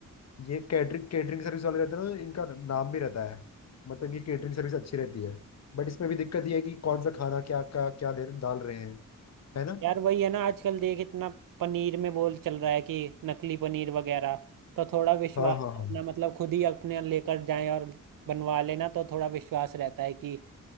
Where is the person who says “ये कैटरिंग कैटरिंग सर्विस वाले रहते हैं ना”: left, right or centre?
Left